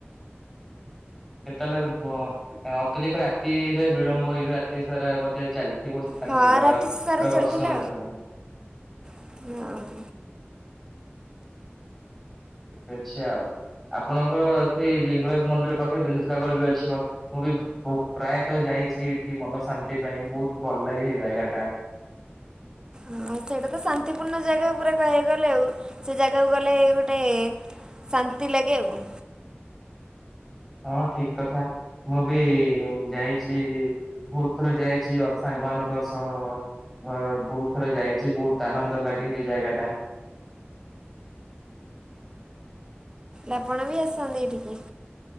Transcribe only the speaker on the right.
ହଁ
ରାତିଚ ସାରା ଚାଲିଥିଲା
ହଁ।
ହ ସେଇଟା ତ ଶାନ୍ତିପୂର୍ଣ୍ଣ ଜାଗା ଉପରେ କହିବାକୁ ଗଲେ ଆଉ ସେ ଜାଗାକୁ ଗଲେ ଗୋଟେ ଶାନ୍ତି ଲାଗେ ଆଉ।
ଲାପଣ ବି ଆସନ୍ତି ଏଠିକି।